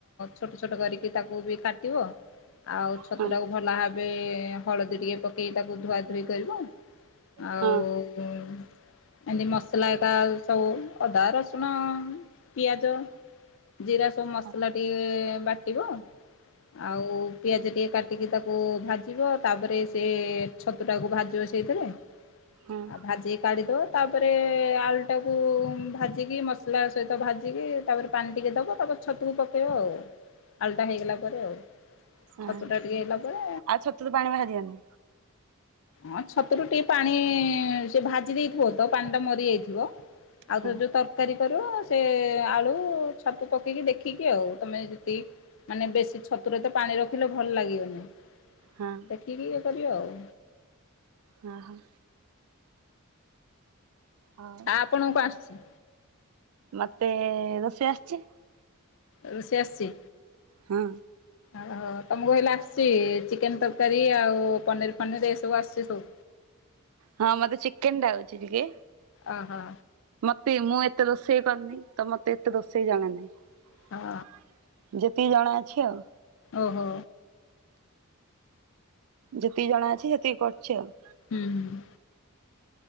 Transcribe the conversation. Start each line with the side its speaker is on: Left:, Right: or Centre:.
Left: ଛୋଟ ଛୋଟ କରିକି ତାକୁ ବି କାଟିବ। ଆଉ ଛତୁଟାକୁ
Right: ହଁ
Left: ଭଲ ଭାବେ ହଳଦୀ ଟିକେ ପକେଇ ତାକୁ ଧୁଆ ଧୋଇ କରିବ। ଆଉ
Right: ହଁ
Left: ଏନ୍ତି ମସଲା ଏକା ସବୁ ଅଦା ରସୁଣ ପିଆଜ ଜିରା ସବୁ ମସଲା
Right: ହଁ
Left: ଟିଏ ବାଟିବ ଆଉ ପିଆଜ ଟିଏ କାଟିକି ତାକୁ ଭାଜିବ ତାପରେ ସେ ଛତୁଟାକୁ ଭାଜିବ ସେଇଥିରେ।
Right: ହଁ
Left: ଆଉ ଭାଜି କାଢି ଦଅ ତାପରେ ଆଳୁଟାକୁ ଭାଜିକି ମସଲା ସହିତ ଭାଜିକି ତାପରେ ପାଣି ଟିକେ ଦବ ତାପରେ ଛତୁକୁ ପକାଇବ ଆଉ। ଆଳୁଟା ହେଇଗଲା ପରେ ଆଉ।
Right: ହଁ
Left: ଛତୁଟା
Right: ଆଉ
Left: ଟିକେ ହେଇଗଲା ପରେ
Right: ଛତୁରୁ ପାଣି ବାହାରିବନି।
Left: ହଁ ଛତୁରୁ ଟିଏ ପାଣି ସେ ଭାଜି ଦେଇ ବୁ ତ ପାଣିଟା ମରିଯାଇଥିବ। ଆଉଥର
Right: ହଁ
Left: ଯୋଉ ତରକାରୀ କରିବ ସେ ଆଳୁ ଛତୁ ପକେଇକି ଦେଖିକି ଆଉ ତମେ ଯେତି ମାନେ ବେଶୀ ଛତୁରେ ତ ପାଣି ରଖିଲେ ଭଲ ଲାଗିବନି।
Right: ହଁ
Left: ଦେଖିକି ଇଏ କରିବ ଆଉ।
Right: ହଁ ହଁ। ହଉ
Left: ଆ ଆପଣଙ୍କୁ ଆସୁଚି।
Right: ମତେ ରୋଷେଇ ଆସଚି।
Left: ରୋଷେଇ ଆସଚି।
Right: ହଁ।
Left: ଆଉ ହ ତମକୁ ହେଲେ ଆସଚି ଚିକେନ ତରକାରୀ ଆଉ ପନିର ଫନିର ଏସବୁ ଆସୁଚି ସବୁ।
Right: ହଁ ମତେ ଚିକେନ ଟା ହଉଛି ଟିକେ
Left: ଓହୋ
Right: ସେ ମୁଁ ଏତେ ରୋଷେଇ କରିନି। ତ ମତେ ଏତେ ରୋଷେଇ ଜଣା ନାହିଁ।
Left: ହଁ
Right: ତିକି ଜଣାଅଛି ଆଉ।
Left: ଓହୋ।
Right: ଯେତିକି ଜଣା ଅଛି ସେତିକି କରୁଛି ଆଉ।
Left: ହୁଁ ହ